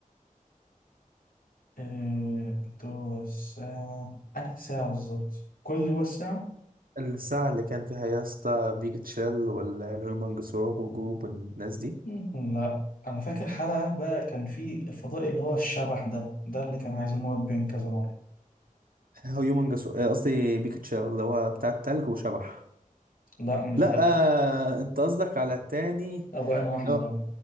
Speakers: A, on the left; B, on the right.
A: آه، بتوع الساعة أنهي ساعة بالظبط؟ كل هو الساعة؟
B: الساعة اللي كان فيها يا اسطى بيك تشيل والهيومن جسور وجوب والناس دي
A: مم. لا انا فاكر حلقة بقى كان في الفضائي اللي هو الشبح ده ده اللي كان عايز يموت بين كذا مرة
B: هيومن جسور قصدي بيك تشيل اللي هو بتاع التلج وشبح
A: لا مش
B: لا
A: ده بيك
B: آه... انت قصدك على التاني
A: ابو عين واحدة
B: اللي هو
A: ده